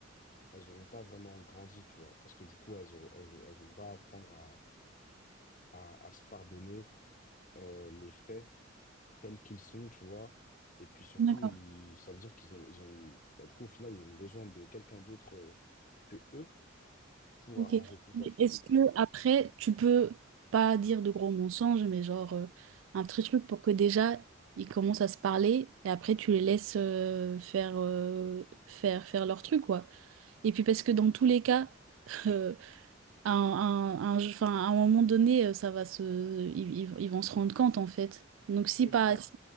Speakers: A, on the left; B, on the right.
A: elles n'auront pas vraiment grandi, tu vois, parce que du coup, elles, auront- elles, auront- elles vont pas apprendre à, à, à se pardonner euh, les faits tels qu'ils sont, tu vois. Et puis surtout,
B: D'accord,
A: ils, ça veut dire qu'ils ont, ils ont, bah, du coup, au final, ils ont besoin de quelqu'un d'autre euh, que eux pour
B: ok.
A: arranger tout ça,
B: Mais
A: tu
B: Est-ce
A: vois.
B: que après, tu peux pas dire de gros mensonges, mais genre euh, un petit truc pour que déjà ils commencent à se parler et après tu les laisses euh, faire, euh, faire, faire leur truc, quoi. Et puis parce que dans tous les cas, <laughs> à un, un- un enfin, à un moment donné, euh, ça va se, ils, ils vont ils vont se rendre compte en fait. Donc si
A: Oui,
B: pas,
A: c'est ça.
B: si-